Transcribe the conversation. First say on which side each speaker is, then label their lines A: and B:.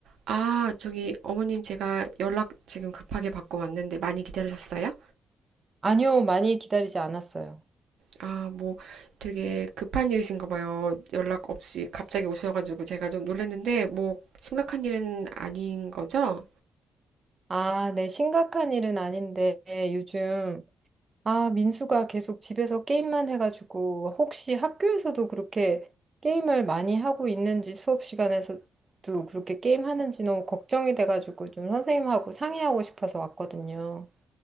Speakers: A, on the right; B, on the right.
A: 아, 저기 어머님 제가 연락 지금 급하게 받고 왔는데 많이 기다리셨어요?
B: 아니요, 많이 기다리지 않았어요.
A: 아, 뭐 되게 급한 일이신가 봐요. 연락 없이 갑자기 오셔가지고 제가 좀 놀랐는데 뭐 심각한 일은 아닌 거죠?
B: 아, 네, 심각한 일은 아닌데, 요즘, 아, 민수가 계속 집에서 게임만 해가지고, 혹시 학교에서도 그렇게 게임을 많이 하고 있는지, 수업 시간에서도 그렇게 게임하는지 너무 걱정이 돼가지고, 좀 선생님하고 상의하고 싶어서 왔거든요.